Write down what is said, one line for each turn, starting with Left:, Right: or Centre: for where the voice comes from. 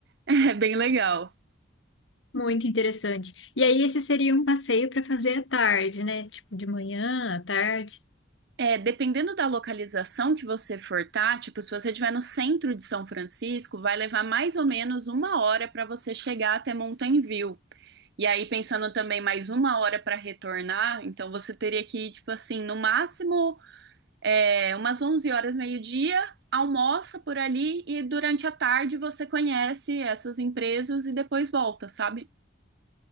Right: <laughs> é bem legal.
Left: Muito interessante. E aí, esse seria um passeio para fazer à tarde, né? Tipo, de manhã, à tarde.
Right: É, dependendo da localização que você for tá, tipo, se você estiver no centro de São Francisco, vai levar mais ou menos uma hora para você chegar até Mountain View. E aí, pensando também mais uma hora para retornar, então você teria que ir, tipo assim, no máximo é, umas 11 horas, meio-dia, almoça por ali e durante a tarde você conhece essas empresas e depois volta, sabe?